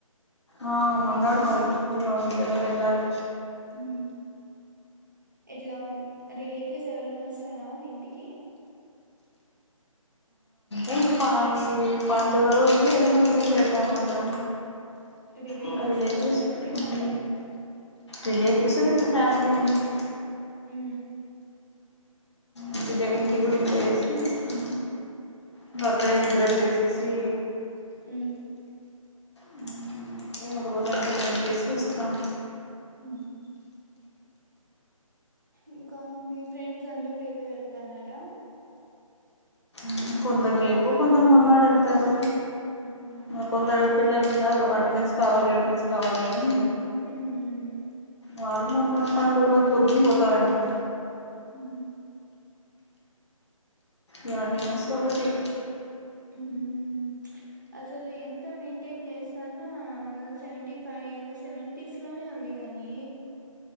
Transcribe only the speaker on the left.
ఆ మొన్నాడు
మాది పండుగ ఉంది గాదా వెళ్ళాలి
ఇంకా ప పండుగ రోజు ఏదైనా గుడికెళ్తమ్ అందరం
ఇంకా రెలెటివ్స్
ఉమ్
రిలేటివ్స్ విత్ ఫ్యామ్లీ అండి
ఇంటి దె ఇంటి గుడికి పోయేసి వస్తాము ఇంగ అక్కడే నిద్ర చేసేసి
ఉమ్ అట్లే ఒక రోజంతా గడిపేసి వస్తాం
ఉమ్ కొందర్ రేపు కొందర్ మొన్నడు వెళ్తారు
ఇంగ కొందరు పిల్లలున్నారు అటెండెన్స్ కావాలి అటెండెన్స్ కావాలి అని
వాళ్ మొన్నటి పండుగ రోజ్ పొద్దున్ పోతారంట
ఇగ అటెండెన్స్ కాబటి